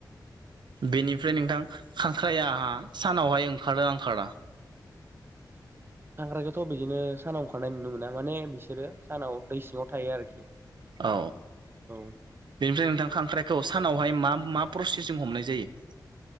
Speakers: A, on the right (about 80°); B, on the right (about 30°).
A: बेनिफ्राय नोंथां खांख्रायहा सानावहाय ओंखारोना‌ ओंखारा
B: खांख्रायखौथ' बिदिनो सानाव ओंखारनाय नुनो मोना माने बिसोरो सानाव दै सिङाव थायो आरोखि
A: औ
B: औ
A: बेनिफ्राय नोंथां खांख्राइखौ सानावहाय मा मा प्रसेसजों हमनाय जायो